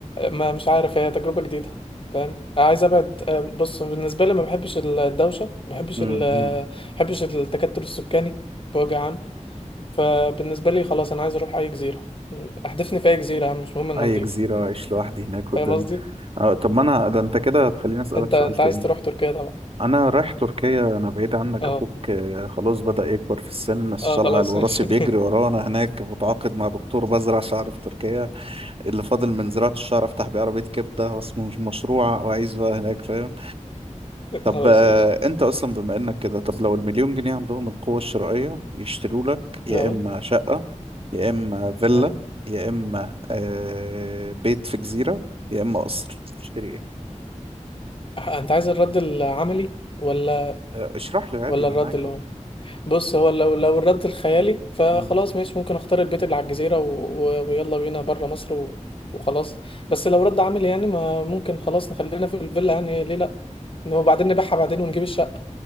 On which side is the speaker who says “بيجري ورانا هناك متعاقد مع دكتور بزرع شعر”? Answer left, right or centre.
Right